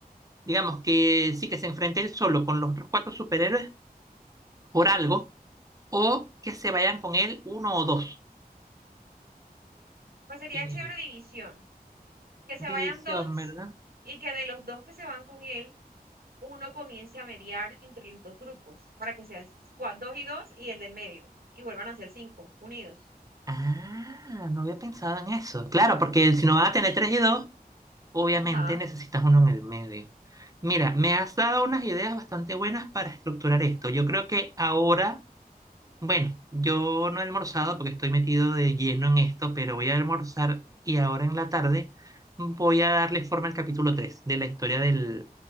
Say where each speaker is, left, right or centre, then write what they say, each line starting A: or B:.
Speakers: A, on the right; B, on the right.
A: digamos, que sí, que se enfrente él solo con los otros cuatro superhéroes por algo o que se vayan con él uno o dos?
B: Pues sería
A: Eh,
B: chévere división. Que se
A: División,
B: vayan dos
A: ¿verdad?
B: y que de los dos que se van con él, uno comience a mediar entre los dos grupos para que sean cua- dos y dos y el del medio. Y vuelvan a ser cinco, unidos.
A: Ah, no había pensado en eso. Claro, porque si no van a tener tres y dos, obviamente
B: Ajá,
A: necesitas uno en el medio. Mira, me has dado unas ideas bastante buenas para estructurar esto. Yo creo que ahora Bueno, yo no he almorzado porque estoy metido de lleno en esto, pero voy a almorzar y ahora en la tarde voy a darle forma al capítulo 3 de la historia del,